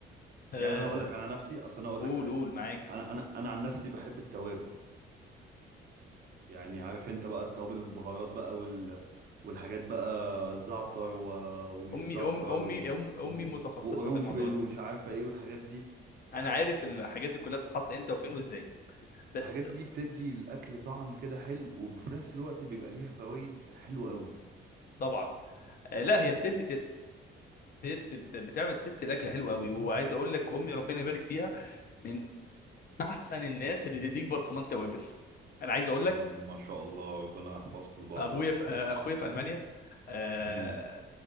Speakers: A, on the left; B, on the right.
A: آه،
B: يعني انا هقول لك على نفسي اصل انا اقول
A: قول
B: لك على حاجة
A: قول معاك
B: انا انا انا عن نفسي بحب التوابل يعني عارف انت بقى التوابل البهارات بقى وال والحاجات بقى الزعتر و... ومش
A: امي
B: زعتر
A: ام امي
B: و...
A: أم امي
B: وب...
A: متخصصه
B: وقرنفل
A: في الموضوع ده
B: ومش عارفة ايه والحاجات دي
A: انا عارف الحاجات دي كلها بتتحط امتى وفين وازاي بس
B: الحاجات دي بتدي الاكل طعم كده حلو وفي نفس الوقت بيبقى ليها فوائد حلوة قوي
A: طبعا آه، لا هي بتدي تيست تيست بت- بتعمل تيست الاكل حلو قوي وعايز اقول لك امي ربنا يبارك فيها من احسن الناس اللي تديك برطمان توابل انا عايز اقول
B: مم،
A: لك
B: ما شاء الله ربنا يحفظكم لبعض
A: ابويا
B: يا رب
A: في آه، اخويا في المانيا آه،
B: مم.